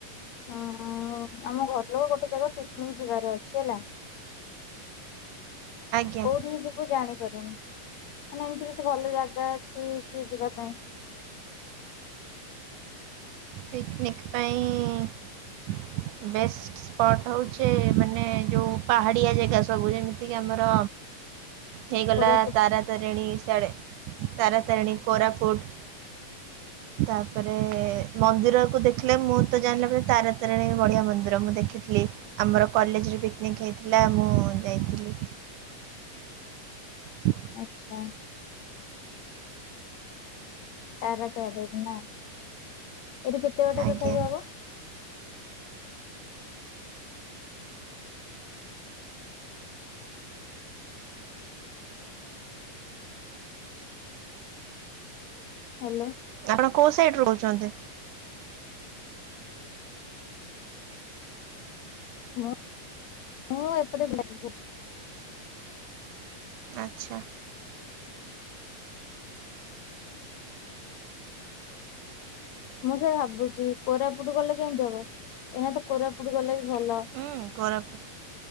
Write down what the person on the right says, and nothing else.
ଆଜ୍ଞା
ପିକିନିକ୍ ପାଇଁ ବେଷ୍ଟ ସ୍ପଟ୍ ହେଉଛି ମାନେ ଯୋଉ ପାହାଡ଼ିଆ ଜାଗା ସବୁ ଯେମିତି କି ଆମର ହେଇଗଲା
ତାରା ତାରିଣୀ ସିଆଡେ ତାରାତାରିଣୀ କୋରାପୁଟ ତାପରେ ମନ୍ଦିରକୁୁ ଦେଖିଲେ ମୁଁ ତ ଜାଣିଲି ପରେ ତାରା ତାରିଣୀ ବଢ଼ିଆ ମନ୍ଦିର ମୁଁ ଦେଖିଥିଲି ଆମର କଲେଜ୍ ରେ ପିକିନିକ୍ ହେଇଥିଲା ମୁଁ ଯାଇଥିଲି ହୁଁ
ଆଜ୍ଞା।
ଆପଣ କୋଉ ସାଇଡିରେ ରହୁଛନ୍ତି
ଆଚ୍ଛା
ହୁଁ କୋରାପ